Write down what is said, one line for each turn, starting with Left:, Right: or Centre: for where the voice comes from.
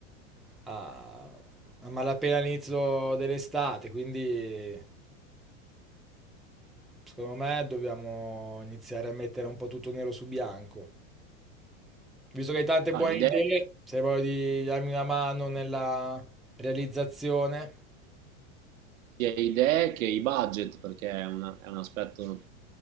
Centre: a, a malapena all'inizio dell'estate, quindi secondo me dobbiamo iniziare a mettere un po' tutto nero su bianco. Visto che hai tante
Right: Ah,
Centre: buone
Right: l'idea
Centre: idee, se hai voglia di darmi una mano nella realizzazione,
Right: sia idee che i budget, perché è, una- è un aspetto